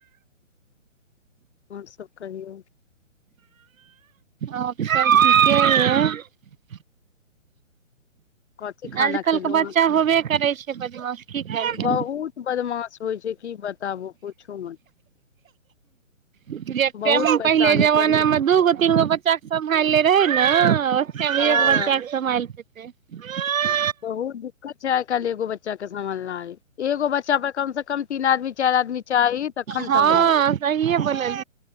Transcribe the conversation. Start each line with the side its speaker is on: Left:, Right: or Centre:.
Left: आओरसभ कहियौ
Right: आब सभ ठीके य
Left: कथी खाना
Right: आजकल
Left: खेलहुँ
Right: के बच्चा
Left: अहाँ खान
Right: होबे करै छै बदमाश की करबै
Left: बहुत बदमाश होइ छै की बताबू पूछू मत
Right: जे टाइम
Left: बहुत
Right: पहिले
Left: परेशानी
Right: जमानामे
Left: करै छै।
Right: दूगो तीन गो बच्चाे समहाले रहे नओ <unintelligible> फेमलियो
Left: हँ
Right: क बच्चा क स्माइल पेत्ये <inaudible> न्यें
Left: बहुत दिक्कत छै आइ काल्हि एगो बच्चा के सम्हलनाइ एगो बच्चा पर कम से कम तीन आदमी चारि आदमी चाही तखन
Right: हँ
Left: सम्हलत
Right: सहिए बोलल